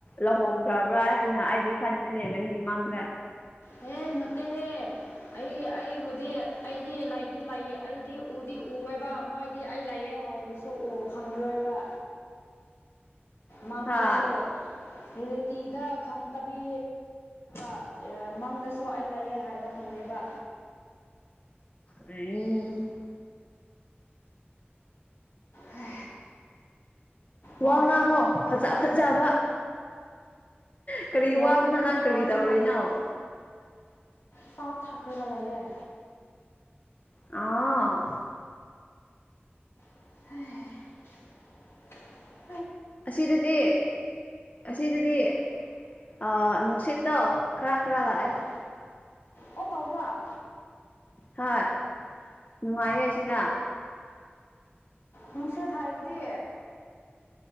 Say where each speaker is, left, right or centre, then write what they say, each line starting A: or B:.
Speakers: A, on the left; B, on the left.
A: ꯂꯍꯣꯡꯈ꯭ꯔꯕ꯭ꯔꯥ ꯑꯥꯏ ꯍꯥꯏꯅ ꯑꯩꯗꯤ ꯈꯟꯕꯅꯦ ꯅꯪꯒꯤ ꯃꯥꯡꯗ
B: ꯍꯦ ꯅꯣꯠꯇꯦꯍꯦ ꯑꯩ ꯑꯩꯕꯨꯗꯤ ꯑꯩꯗꯤ ꯂꯩꯗꯤ ꯂꯩꯑꯦ ꯑꯩꯗꯤ ꯎꯗꯤ ꯎꯋꯦꯕ ꯃꯣꯏꯗꯤ ꯑꯩ ꯂꯩꯑꯦ ꯍꯥꯏꯕꯔ ꯁꯨ ꯎ ꯈꯪꯉꯔꯣꯏꯕ ꯃꯥꯡꯗꯁꯨ
A: ꯍꯥ
B: ꯔꯤꯂꯦꯇꯤꯗ ꯈꯪ ꯇꯕꯤ ꯑ ꯃꯪꯗꯁꯨ ꯑꯩ ꯂꯩꯌꯦ ꯍꯥꯏꯕ ꯈꯪꯗꯦꯕ
A: ꯑꯝ
B: ꯍ
A: ꯋꯥ
B: ꯋꯥꯑꯦ
A: ꯉꯥꯡꯉꯣ
B: ꯋꯥꯌꯦ
A: ꯐꯖ ꯐꯖꯕ ꯀꯔꯤ ꯋꯥꯕꯅꯣ
B: ꯋꯥꯉꯤ ꯅꯪ‌
A: ꯅꯪ
B: ꯉꯥꯡꯉꯤꯅ
A: ꯀꯔꯤ ꯇꯧꯔꯤꯅꯣ
B: ꯆꯥ ꯊꯛꯀ꯭ꯔꯒ ꯂꯩꯑꯦ
A: ꯑꯥ
B: ꯍꯩ
A: ꯑꯁꯤꯗꯗꯤ ꯑꯁꯤꯗꯗꯤ ꯑ ꯅꯨꯡꯁꯤꯠ ꯇꯣ ꯈꯥꯔꯥ ꯈꯥꯔꯥ ꯂꯥꯛꯑꯦ
B: ꯍꯣꯏ ꯑꯣ ꯇꯧꯕ꯭ꯔꯥ
A: ꯍꯣꯏ ꯅꯨꯡꯉꯥꯏꯌꯦ ꯑꯁꯤꯗ
B: ꯅꯨꯡꯁꯦꯠ ꯍꯥꯏꯕꯗꯤ